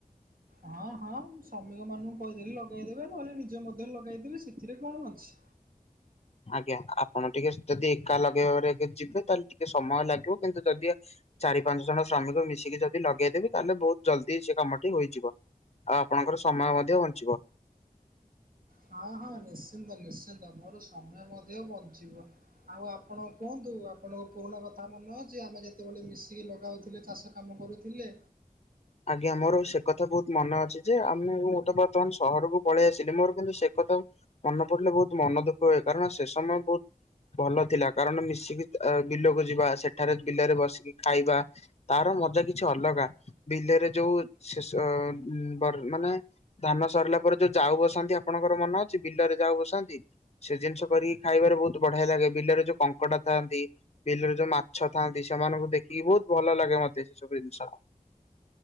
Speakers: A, on the right; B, on the left.
A: ହଁ ହଁ ଶ୍ରମିକ ମାନଙ୍କୁ କହିଦେଲି ଲଗେଇଦେବେ ନହେଲେ ନିଜ ମଧ୍ୟରେ ଲଗେଇଦେବେ ସେଥିରେ କଣ ଅଛି।
B: ଆଜ୍ଞା ଆପଣ ଟିକେ ଯଦି ଏକା ଲଗେଇବାରେ ଯିବେ ତାହେଲେ ଟିକେ ସମୟ ଲାଗିବ କିନ୍ତୁ ଯଦି ଚାରି ପାଞ୍ଚ ଜଣ ଶ୍ରମିକ ମିଶିକି ଯଦି ଲଗେଇଦେବି ତାହେଲେ ବହୁତ୍ ଜଲ୍ଦି ସେ କାମଟି ହୋଇଇଯିବ ଆଉ ଆପଣଙ୍କର ସମୟ ମଧ୍ୟ ବଞ୍ଚିବ।
A: ହଁ ହଁ ନିଶ୍ଚିନ୍ତ ନିଶ୍ଚିନ୍ତ ମୋର ସମୟ ମଧ୍ୟ ବଞ୍ଚିବ। ଆଉ ଆପଣ କୁହନ୍ତୁ ଆପଣଙ୍କ ପୁରୁଣା କଥା ମନ ଯେ ଆମେ ଯେତେବେଳେ ମିଶିକି ଲଗାଉଥିଲେ ଚାଷ କାମ କରୁଥିଲେ
B: ଆଜ୍ଞା ମୋର ସେକଥା ବହୁତ୍ ମନେ ଅଛିଯେ ଆମ ମୁଁ ତ ବର୍ତ୍ତମାନ ସହରକୁ ପଳେଇ ଆସିଲି ମୋର କିନ୍ତୁ ସେକଥାକୁ ମନେ ପଡ଼ିଲେ ବହୁତ୍ ମନ ଦୁଃଖ ହୁଏ କାରଣ ସେ ସମୟ ବହୁତ୍ ଭଲ ଥିଲା କାରଣ ମିଶିକି ବିଲକୁ ଯିବା ସେଠାରେ ବିଲରେ ବସିକି ଖାଇବା ତାର ମଜା କିଛି ଅଲଗା ବିଲରେ ଯୋଉେ ସେସ ବର୍ ମାନେ ଧାନ ସରିଲା ପରେ ଯୋଉ ଯାଉ ବସାନ୍ତି ଆପଣଙ୍କର ମନେ ଅଛି ବିଲରେ ଯାଉ ବସାନ୍ତି? ସେ ଜିନିଷ କରିକି ଖାଇବାରେ ବହୁତ୍ ବଢିଆ ଲାଗେ ବିଲରେ ଯୋଉ କଙ୍କଡ଼ା ଥାଆନ୍ତି। ବିଲରେ ଯୋଉ ମାଛ ଥାଆନ୍ତି ସେମାନଙ୍କୁ ଦେଖିକି ବହୁତ୍ ଭଲ ଲାଗେ ମତେ ସେସବୁ ଜିନିଷ।